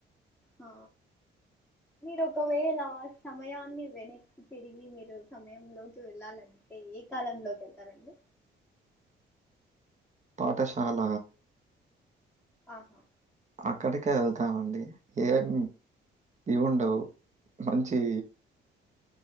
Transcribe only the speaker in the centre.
హా మీరు ఒకవేళ సమయాన్ని వెనక్కి తిరిగి మీరు సమయంలోకి వెళ్ళాలంటే ఏ కాలంలోకి ఎళ్తారండి
అహ